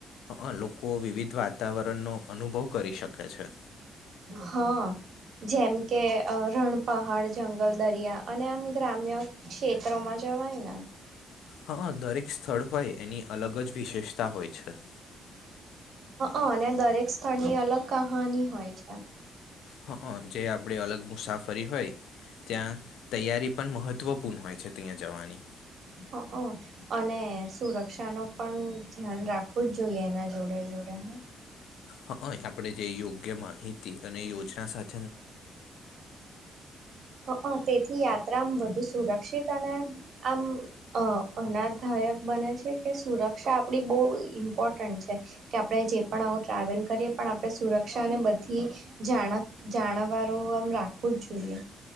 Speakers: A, on the left; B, on the right.
A: અ લોકો વિવિધ વાતાવરણનો અનુભવ કરી શકે છે
B: હા જેમ કે રણ પહાડ જંગલ દરિયા અને આમ ગ્રામ્ય ક્ષેત્રોમાં જવાય ને
A: હા દરેક સ્થળ હોય એની અલગ જ વિશેષતા હોય છે
B: અ અને દરેક સ્થળની અલગ કહાની હોય છે
A: હઅ જે આપડે અલગ મુસાફરી હોય ત્યાં તૈયારી પણ મહત્ત્વપૂર્ણ હોય છે ત્યાં જવાની
B: હઅ અને સુરક્ષાનો પણ ધ્યાન રાખવું જ જોઈએ એના જોડે જોડે હ
A: હઅ આપડે જે યોગ્ય માહિતી અને યોજના સા
B: હઅ તેથી યાત્રા આમ વધુ સુરક્ષિત અને આમ અ અનાધાયક બને છે કે સુરક્ષા આપડી બહુ ઇમ્પોર્ટન્ટ છે કે આપણે જે પણ આવું ટ્રાવેલ કરીએ પણ આપણે સુરક્ષાને બધી જાણક જાણ કારો આમ રાખવું જ જોઈએ